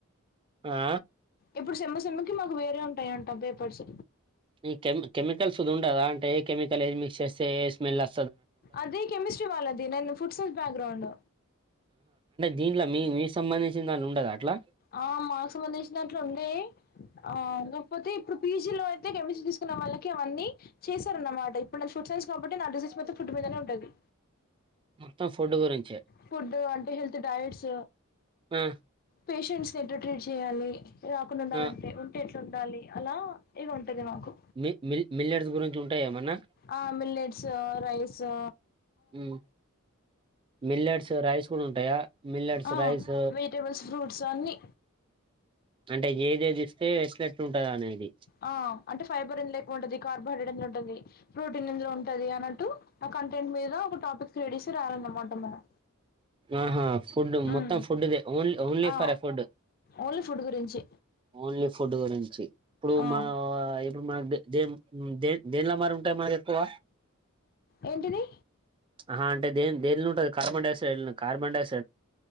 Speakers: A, on the right; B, on the left.
A: ఆ
B: ఇప్పుడు సెమ్ సెమ్కి మాకు వేరే ఉంటాయంట పేపర్స్
A: ఈ కెమ్ కెమికల్స్ ది వుండదా అంటే ఏ కెమికల్ ఏది మిక్స్ చేస్తే ఏ స్మెల్ అ
B: అది కెమిస్ట్రీ వాళ్ళది నేను ఫుడ్ సైన్స్ బ్యాక్గ్రౌండ్
A: దీంట్ల మీ మీ సంబంధించిన దాన్ల ఉండదా అట్లా
B: ఆ మాకు సంబంధించినట్లుండే ఆ కాకపోతే ఇప్పుడు పీజిలో అయితే కెమిస్ట్రీ తీసుకున్న వాళ్ళకి అవన్నీ చేశారు అన్నమాట ఇప్పుడు నేను ఫుడ్ సైన్స్ కాబట్టి నా డిషెష్ మొత్తం ఫుడ్ మీదనే ఉంటది
A: మొత్తం ఫుడ్ గురించె
B: ఫుడ్ అంటే హెల్త్ డైట్స్
A: ఆ
B: పేషెంట్స్ ని ఎట్లా ట్రీట్ చేయ్యాలి రాకుండా ఉండాలి
A: ఆ
B: అంటే ఉంటే ఎట్ ఉండాలి అలా ఇగ ఉం టది మాకు
A: మి మిల్ మిల్లెట్స్ గురించి ఉంటాయా ఏమన్నా
B: ఆ మిలెట్స్ రైస్ స
A: ఔమ్ మిల్లెట్స్ రైస్ కూడా ఉంటాయ మిల్లెట్స్
B: ఆ
A: రైస్
B: వెజిటేబుల్స్ ఫ్రూట్స్ అన్ని
A: అంటే ఏదేదిస్తే ఎట్లెట్టుంటదనేది
B: ఆ అంటే ఫైబర్ ఎందులో ఎక్కువ ఉంటది కార్బోహైడ్రేడెన్లో ఉంటుంది ప్రోటీన్ ఎందులో ఉంటది అన్నట్టు ఆ కంటెంట్ మీద ఒక టాపిక్ క్రెడిసి రాయాలన్నమాట మనం
A: ఆహా ఫుడ్
B: ఉమ్
A: మొత్తం ఫుడ్దే ఓన్లీ ఓన్లీ
B: అ
A: for a food
B: only food గురించి
A: ఓన్లీ ఫుడ్ గురించి ఇప్పుడు
B: ఆ
A: మా ఇప్పుడు మాకు దేం దే దేనిలా మరి ఉంటాయి మరి ఎక్కువ
B: ఏంటిది?
A: ఆ అంటే దేన్ దేన్లో ఉంటది కార్బన్ డయాక్సైడ్ లోన కార్బన్ డాక్సై